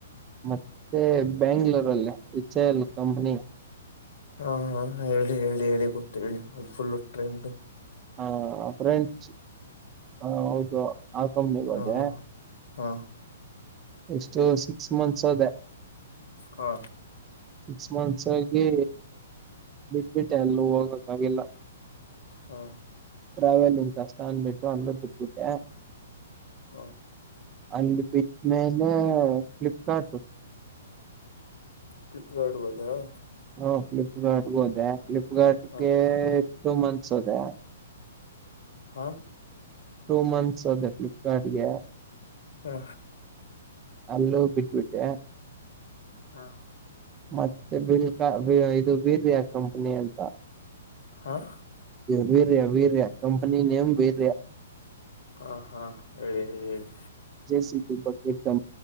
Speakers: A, on the right; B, on the left.
A: ಮತ್ತೆ ಬ್ಯಾಂಗ್ಳೂರಲ್ಲೆ ಎಚ್ ಎ ಎಲ್ ಕಂಪ್ನಿ.
B: ಹಾ ಹಾ ಹೇಳಿ ಹೇಳಿ ಹೇಳಿ ಗೊತ್ತ ಹೇಳಿ ಅದು ಫುಲ್ ಟ್ರೆಂಡು.
A: ಹ ಫ್ರೆಂಚ್ ಹ ಹೌದು. ಅ ಕಂಪನಿಗೆ
B: ಹಾ
A: ಹೋದೆ
B: ಹಾ
A: ಎಸ್ಟು ಸಿಕ್ಸ್ ಮಂತ್ಸ್ ಹೋದೆ.
B: ಹಾ
A: ಸಿಕ್ಸ್ ಮಂತ್ಸ್ ಆಗಿ ಬಿಟ್ಬಿಟ್ಟೆ ಅಲ್ಲು ಹೋಗಕ್ಗಿಲ್ಲ.
B: ಹಾ
A: ಟ್ರಾವೆಲಿಂಗ್ ಕಷ್ಟ ಅನ್ಬಿಟ್ಟು ಅಲ್ಲು ಬಿಟ್ಬಿಟೆ.
B: ಹ
A: ಅಲ್ ಬಿಟ್ಮೇಲೆ ಫ್ಲಿಪ್ಕಾರ್ಟು.
B: ಫ್ಲಿಪ್ಕಾಟ್ಗೋದಾ.
A: ಹಾ ಫ್ಲಿಪ್ಕಾರ್ಟ್ಗೆ ಹೋದೆ ಫ್ಲಿಪ್ಕಾರ್ಟ್ಗೆ
B: ಹಾ
A: ಟೂ ಮಂತ್ಸ್ ಹೋದೆ.
B: ಹಾ
A: ಟೂ ಮಂತ್ಸ್ ಹೋದೆ ಫ್ಲಿಪ್ಕಾರ್ಟ್ ಗೆ.
B: ಹಾ
A: ಅಲ್ಲೂ ಬಿಟ್ಬಿಟ್ಟೆ.
B: ಹಾ
A: ಮತ್ತೆ ಬಿಲ್ <unintelligible> ಇದು ಬೀರಯ ಕಂಪನಿ ಅಂತ.
B: ಹಾಂ
A: urea urea company name urea.
B: ಹಾ ಹಾ ಹೇಳಿ ಹೇಳಿ ಹೇಳಿ.
A: ಜೆ ಸಿ ಪಿ ಬಗ್ಗೆ ತ